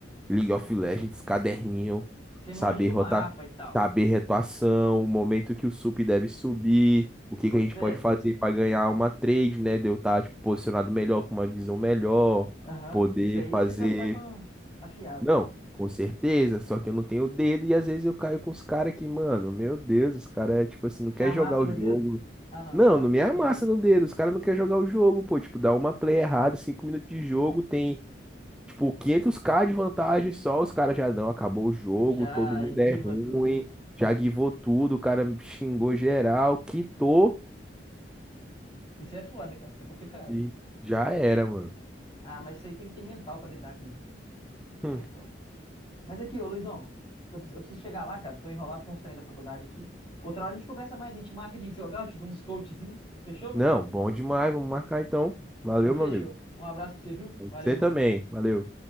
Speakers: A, in the centre; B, on the left.
A: League of Legends, caderninho,
B: Você
A: saber
B: manja do
A: rotar,
B: mapa e tal.
A: saber retuação, o momento que o sup deve subir, o que
B: Bota
A: que a gente
B: fé?
A: pode fazer para ganhar uma trade, né? De eu estar tipo, posicionado melhor, com uma visão melhor,
B: Aham.
A: poder
B: Isso aí
A: fazer.
B: você já tá com afiado.
A: Não, com certeza, só que eu não tenho o dedo e às vezes eu caio com os caras que, mano, meu Deus, os caras, tipo assim, não quer
B: Já amassa
A: jogar o
B: no
A: jogo.
B: dedo? Ah, não,
A: Não,
B: tá.
A: não me amassa
B: Entendi.
A: no dedo, os caras não querem jogar o jogo, pô, tipo, dá uma play errada, cinco minutos de jogo, tem Tipo, 500k de vantagem só, os caras já não, acabou o jogo,
B: Já
A: todo mundo
B: guiva
A: é ruim,
B: tudo,
A: já
B: né?
A: guivou
B: É.
A: tudo, o cara xingou geral, quitou
B: Isso é foda, cara. Isso é complicado.
A: e já era, mano.
B: Ah, mas isso aí tem que ter mental pra lidar com isso, cara. Tem que ter
A: Hum.
B: mental. Mas aqui, ô Luizão, tô precis- eu preciso chegar lá, cara. Tô enrolado com os treinos da faculdade aqui. Outra hora a gente conversa mais, a gente marca de jogar, eu te dou uns coachzinho. Fechou, meu
A: Não,
B: querido?
A: bom demais, vamos marcar então. Valeu,
B: Então fechou.
A: meu amigo.
B: Um abraço pra você, viu? Valeu,
A: Você
B: mano.
A: também, valeu.